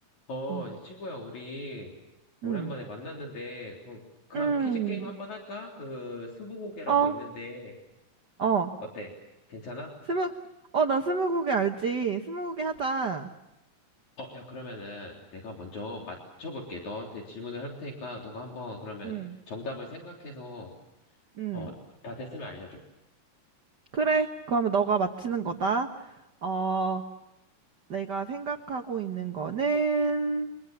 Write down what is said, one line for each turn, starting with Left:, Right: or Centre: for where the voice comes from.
Left: 어,
Right: 음,
Left: 이제 친구야, 우리 오랜만에
Right: 음,
Left: 만났는데, 그, 그럼
Right: 음.
Left: 퀴즈 게임 한번 할까? 그, 스무고개라고
Right: 어,
Left: 있는데,
Right: 어,
Left: 어때? 괜찮아?
Right: 스무, 어, 나 스무고개 알지? 스무고개 하자.
Left: 어, 야, 그러면은 내가 먼저 맞춰볼게. 너한테 질문을 할 테니까, 너가 한번 그러면
Right: 음,
Left: 정답을 생각해서,
Right: 음.
Left: 어, 다 됐으면 알려줘.
Right: 그래, 그러면 너가 맞히는 거다. 어, 내가 생각하고 있는 거는,